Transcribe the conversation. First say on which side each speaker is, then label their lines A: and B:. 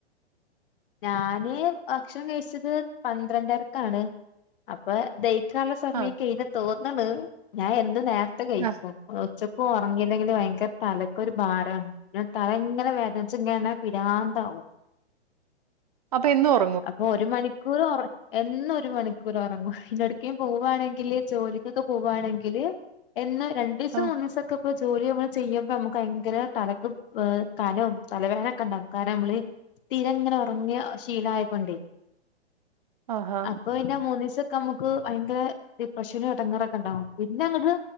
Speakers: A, on the left (about 50°); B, on the right (about 35°).
A: ഞാന് ഭക്ഷണം കഴിച്ചത് പന്ത്രണ്ടരക്കാണ് അപ്പൊ ദയി കാൻ ഉള്ള സമയക്കേയി
B: ആ
A: തോന്ന്ണു ഞാൻ എന്നും നേരത്തെ കയിക്കും
B: ആ
A: ഉച്ചക്ക് ഉറങ്ങിയില്ലെങ്കിൽ ഭയങ്കര തലക്കൊരു ഭാരമാണ് പിന്നെ തല ഇങ്ങനെ വേദനച്ച് ഇങ്ങനെ പിരാന്താവും
B: അപ്പൊ എന്നും ഉറ
A: അപ്പൊ ഒരു മണിക്കൂർ ഒറ എന്നും ഒരു മണിക്കൂർ ഒറങ്ങും എവിട്ക്കേം പോവാണെങ്കില് ജോലിക്കൊക്കെ പോവാണെങ്കില് എന്നും രണ്ടീസം
B: ആ
A: മൂന്നിസൊക്കെ ഇപ്പൊ ജോലി നമ്മൾ ചെയ്യുബൊ നമുക്ക് ഭയങ്കര തലക്ക് കനും തലവേദനൊക്കെ ഉണ്ടാകും കാരണം നമ്മള് സ്ഥിരം ഇങ്ങനെ ഒറങ്ങിയ ശീലായ കൊണ്ടെ
B: ആഹാ.
A: അപ്പൊ പിന്നെ മൂന്നീസൊക്കെ നമുക്ക് ഭയങ്കര ഡിപ്രഷനു എടങ്ങേറൊക്കെ ഉണ്ടാവും പിന്നെ അങ്ങോട്ട്